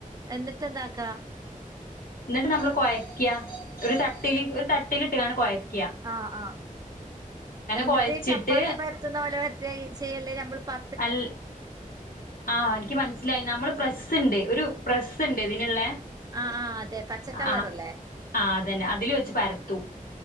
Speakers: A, on the right; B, on the left.
A: എന്നിട്ടെന്താക്കാ
B: ന്ന്ട്ട് നമ്മള് കൊയക്ക്യ ഒരു തട്ട്ല് ഒരു തട്ട്ല്ട്ട്ങ്ങാണ്ട് കൊയക്ക്യ
A: ആ ആ എന്നിട്ട്
B: കൊഴച്ചിട്ട്
A: ചപ്പാത്തി പര്ത്ത്ന്ന പോലെ പര്ത്താ ചെയ്യണ്ടേ നമ്മള് പ
B: അൽ ആ എനിക്ക് മനസ്സിലായി നമ്മള് പ്രസ്സ്ണ്ട് ഒരു പ്രസ്സ്ണ്ട് ഇതിന്ള്ളേ
A: ആഹ് ആഹ് അതെ പച്ചക്കളറല്ലേ
B: ആ ആ അതെന്നെ അതില് വെച്ച് പര്ത്തും